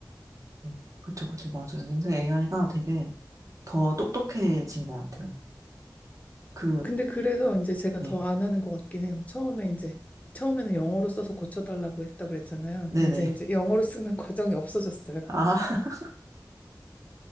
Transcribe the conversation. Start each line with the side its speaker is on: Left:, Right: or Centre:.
Right: 음. 그쵸, 그쵸, 맞아요. 요새 AI가 되게 더 똑똑해진 것 같아요. 그,
Left: 근데 그래서 이제 제가
Right: 네.
Left: 더 안 하는 것 같긴 해요. 처음에 이제 처음에는 영어로 써서 고쳐달라고 했다고 그랬잖아요.
Right: 네네.
Left: 이제 이제 영어로 쓰는 <laughs> 과정이 없어졌어요.
Right: 아, <laughs>